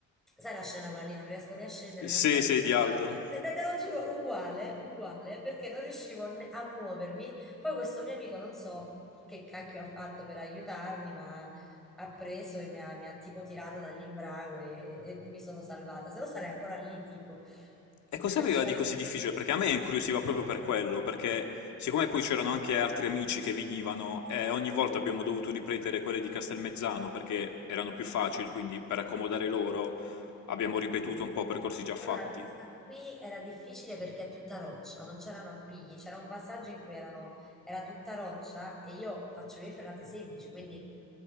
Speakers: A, in the centre; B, on the left (about 70°).
A: sai la scena quella lì, non riesco né a scendere
B: Sì,
A: né a salire.
B: sì, di Aldo.
A: Te, te- te lo giuro, uguale, uguale, perché non riuscivo ne- a muovermi. Poi questo mio amico, non so che cacchio ha fatto per aiutarmi, ma ha preso e mi ha, mi ha tipo tirato dall'imbrago e, e- e mi sono salvata, se no sarei ancora lì, tipo.
B: E
A: <laughs>
B: cosa
A: Cioè...
B: aveva di così difficile? Perché a me incuriosiva proprio per quello, perché siccome poi c'erano anche altri amici che venivano, e ogni volta abbiamo dovuto ripetere quelle di Castelmezzano perché erano più facili, quindi per accomodare loro abbiamo ripetuto
A: mm.
B: un po' percorsi già fatti.
A: Allora, questa qui era difficile perché è tutta roccia, non c'erano appigli, c'era un passaggio in cui erano- era tutta roccia e io faccio vie ferrate semplici, quindi